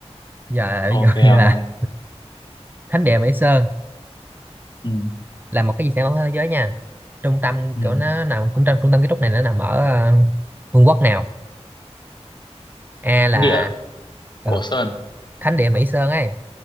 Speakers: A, on the right; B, on the left.
A: giờ bây
B: ok
A: giờ như
B: ông
A: là
B: ơi
A: thánh địa Mỹ Sơn
B: ừ.
A: là một cái di sản văn hóa thế giới nha trung tâm
B: Ừ.
A: kiểu nó nằm cũng trong trung tâm kiến trúc này nó nằm ở ờ, vương quốc nào a là
B: Thánh địa
A: ờ,
B: Cổ Sơn
A: thánh địa mỹ sơn ấy